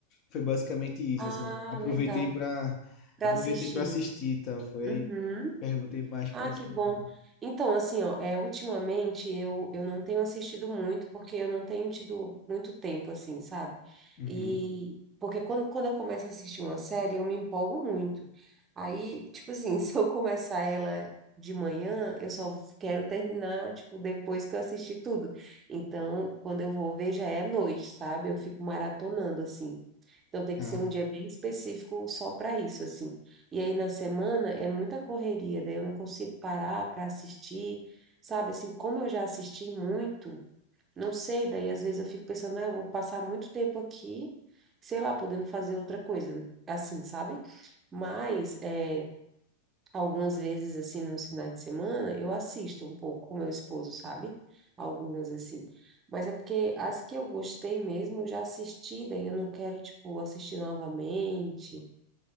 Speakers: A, on the left; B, on the right.
A: foi basicamente isso,
B: Ah,
A: assim, aproveitei
B: legal.
A: para
B: Para
A: aproveitei
B: assistir.
A: para assistir e tal, foi
B: Uhum.
A: aí perguntei mais por
B: Ah,
A: esse
B: que
A: motivo.
B: bom. Então, assim, ó, é, ultimamente eu, eu não tenho assistido muito porque eu não tenho tido muito tempo, assim, sabe?
A: Uhum.
B: E porque quando, quando eu começo a assistir uma série, eu me empolgo muito. Aí, tipo assim, <laughs> se eu começar ela de manhã, eu só quero terminar, tipo, depois que eu assistir tudo. Então, quando eu vou ver, já é noite, sabe? Eu fico maratonando, assim. Então, tem
A: Ah,
B: que ser um dia bem específico só para isso, assim. E aí na semana é muita correria, daí eu não consigo parar para assistir, sabe? Assim, como eu já assisti muito, não sei, daí às vezes eu fico pensando, ah, eu vou passar muito tempo aqui, sei lá, podendo fazer outra coisa, assim, sabe? Mas é, algumas vezes, assim, nos finais de semana, eu assisto um pouco com meu esposo, sabe? Algumas, assim. Mas é porque as que eu gostei mesmo, eu já assisti, daí eu não quero, tipo, assistir novamente.